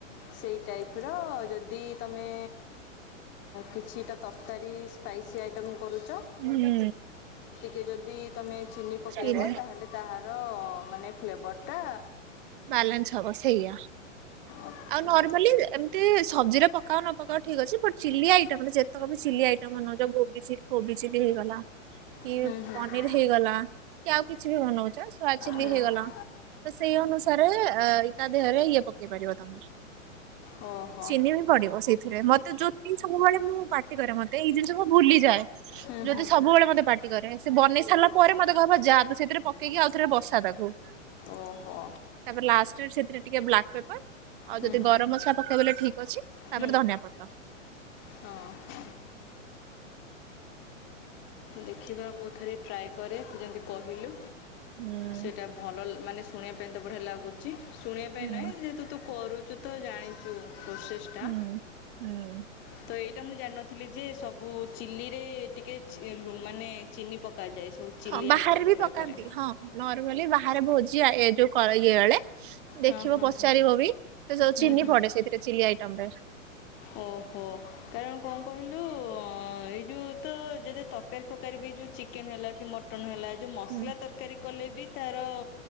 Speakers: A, on the left; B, on the right.
A: ସେଇ ଟାଇପ୍ ର ଯଦି ତମେ କିଛିଟା ତରକାରୀ ସ୍ପାଇସି ଆଇଟମ୍ କରୁଚ?
B: ହୁଁ।
A: ଟିକଏ ଯଦି ତୁମେ ଚିନି ପକାଇବ
B: ହୁଁ
A: ତାହେଲେ ତାହାର ମାନେ ଫ୍ଲେଭର୍ଟା
B: ବାଲାନ୍ସ ହବ ସେଇଆ ଆଉ
A: ଆଚ୍ଛା
B: ନର୍ମାଲି ଏମ୍ ଏ ସବଜିରେ ପକାଅ ନ ପକାଉ ଠିକ ଅଛି, ବଟ ଚିଲି ଆଇଟମ ଯେତକ ବି ଚିଲି ଆଇଟମ <unintelligible> ଗୋବି ଚିଲି କୋବି ଚିଲି ହେଇଗଲା। କି
A: ହୁଁ ହୁଁ
B: ପନିର ହେଇଗଲା କି ଆଉ କିଛି ବି ବନଉଛ ସୋୟା ଚିଲି
A: ହୁଁ ହୁଁ
B: ହେଇଗଲା। ତ ସେଇ ଅନୁସାରେ ଇ ୟା ଦେହରେ ଇଏ ପକେଇ ପାରିବ ତମେ,
A: ହୁଁ ଓହୋ
B: ଚିନି ପିଡିବ ସେଇଥିରେ ମତେ ଜୋତି ସବୁବେଳେ ମୁଁ ପା କରେ ମତେ ଏଇ ଜିନିଷବୁ ଭୁଲିଯାଏ
A: ହୁଁ
B: ଯଦି
A: ହୁଁ
B: ସବୁବେଳେ ମତେଟି ରେ ସେ ବନେଇ ସାରିଲା ପରେ ମତେ କହିବ ଯାହା ତୁ ସେଥିରେ ପକେଇକି ଆଉ ଥରେ ବସା ତାକୁ।
A: ଓହୋ।
B: ତାପରେ ଲାଷ୍ଟ ରେ ସେଥିରେ ଟିକେ ବ୍ଲାକ୍ ପେପର। ଆଉ
A: ହୁଁ
B: ଯଦି
A: ହୁଁ
B: ଗରମ ମସଲା ପକେଇବେଲେ ଠିକ ଅଛି ତାପରେ
A: ହୁଁ
B: ଧନିଆ ପତ୍ର।
A: ହଁ। ଦେଖିବା ମୁଁ ଥରେ ଟ୍ରାଏ କରେ ତୁ ଯେମିତି କହିଲୁ
B: ହୁଁ।
A: ସେଇଟା ଭଲ ମାନେ ଶୁଣିବା ପାଇଁ ତ ବଢ଼ିଆ ଲାଗୁଚି, ଶୁଣିବା ପାଇଁ
B: ହୁଁ
A: ନାହିଁ ଯେହେତୁ ତୁ କରୁଚୁ ତ ଜାଣିଚୁ ପ୍ରୋସେସ ଟା
B: ହୁଁ ହୁଁ।
A: ତ ଏଇଟା ମୁଁ ଜାଣିନି ଥିଲି ଯେ ସବୁ ଚିଲିରେ ଟିକେ ଚି ମାନେ ଚିନି ପକାଯାଏ ସବୁ। ଚିଲ୍ଲି
B: ହଁ ବାହାରେ
A: ଆଇଟମ୍
B: ବି
A: ଗୁଡ଼ାକରେ
B: ପକାନ୍ତି ହଁ ନର୍ମାଲି ବାହାରେ ଭୋଜି ଏ ଯୋଉ ଇଏ ବଳେ
A: ହଁ
B: ଦେଖିବ
A: ହଁ
B: ପଚାରିବ
A: ହଁ
B: ବି ସେ ଯୋଉ
A: ହୁଁ
B: ଚିନି
A: ହୁଁ
B: ପଡେ ସେଇଥିରେ ଚିଲି ଆଇଟମ ରେ।
A: ଓହୋ। କାରଣ କଣ କହିଲୁ ଏଇ ଯୋଉ ତ ଯଦେ ତକାରୀ ଫକାରୀ ବି ଯୋଉ ଚିକେନ ହେଲା କି ମ ମଟନ ହେଲା ଯେଉଁ ମସଲା
B: ହୁଁ।
A: ତରକାରୀ କଲେ ବି ତାର